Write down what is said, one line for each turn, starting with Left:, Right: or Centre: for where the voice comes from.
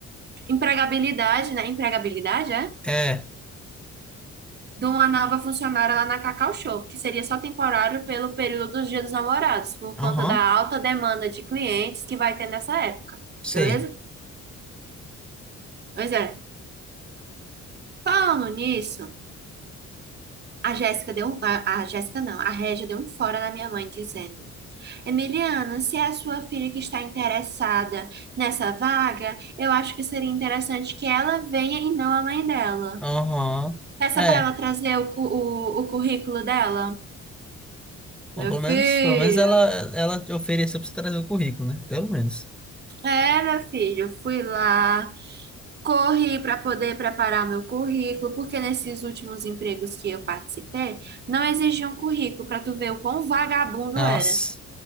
Right: empregabilidade, né? Empregabilidade, é?
Centre: É,
Right: De uma nova funcionária lá na Cacau Show, que seria só temporário pelo período dos Dias dos Namorados, por
Centre: aham,
Right: conta da alta demanda de clientes que vai ter nessa época,
Centre: sei.
Right: beleza? Pois é. Falando nisso, a Jéssica deu um, a, a Jéssica não, a Régia deu um fora na minha mãe dizendo Emiliano, se é a sua filha que está interessada nessa vaga, eu acho que seria interessante que ela venha e não a mãe dela.
Centre: Aham,
Right: Peça
Centre: é.
Right: para ela trazer o, cu- o, o currículo dela.
Centre: Bom,
Right: Meu
Centre: pelo
Right: filho,
Centre: menos, pelo menos ela, ela te ofereceu pra você trazer o currículo, né? Pelo menos.
Right: é, meu filho, eu fui lá, corri para poder preparar meu currículo, porque nesses últimos empregos que eu participei, não exigiam currículo para tu ver o quão vagabundo
Centre: Nossa,
Right: era.